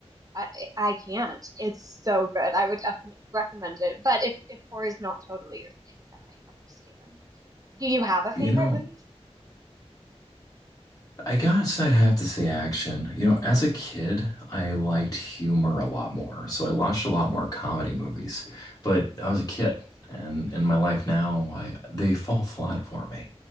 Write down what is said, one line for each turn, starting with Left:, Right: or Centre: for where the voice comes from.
Right: I, I can't. It's so good. I would definitely recommend it. But if if horror is not totally your thing, then I understand. Do you have a
Left: You
Right: favorite
Left: know,
Right: movie?
Left: I guess I'd have to say action. You know, as a kid, I liked humor a lot more. So I watched a lot more comedy movies, but I was a kid. And in my life now, I, they fall flat for me.